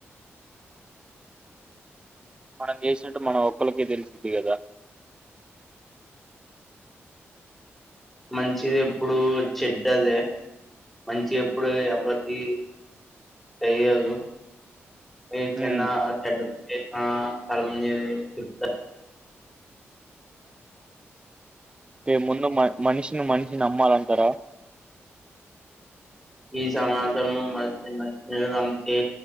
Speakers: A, on the right; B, in the centre.
A: మనం చేసినట్టు మనం ఒక్కలక్ తెలుసిది కదా
B: మంచిది ఎప్పుడు చెడ్డదే మంచి ఎప్పుడు ఎవటి తెయదు ఏ చిన్నా
A: ఉమ్,
B: తాడు ఆ సార్మని చెప్
A: ఇ ముందు మా మనిషిని మనిషిని నమ్మాలంటారా
B: ఈ సమాజము మంచి మంచి అమ్తే